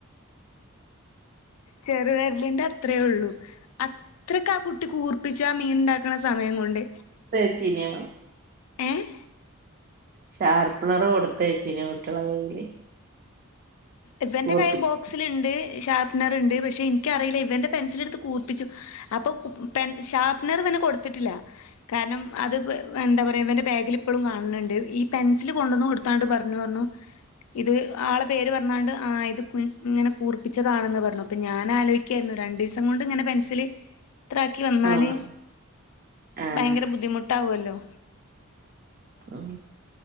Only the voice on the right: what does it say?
തേച്ചീനോ
ഷാർപ്പ്നർ കൊടുത്തയ്ച്ചീനോ കുട്ട്യോള കയ്യില്?
കൂർപ്പിച്ച്
ആഹ് ആഹ്
ഉം